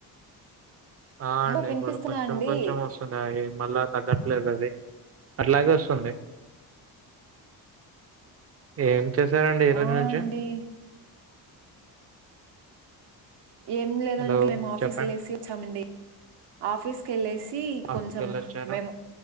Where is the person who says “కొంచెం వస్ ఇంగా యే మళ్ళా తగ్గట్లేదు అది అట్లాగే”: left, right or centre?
Right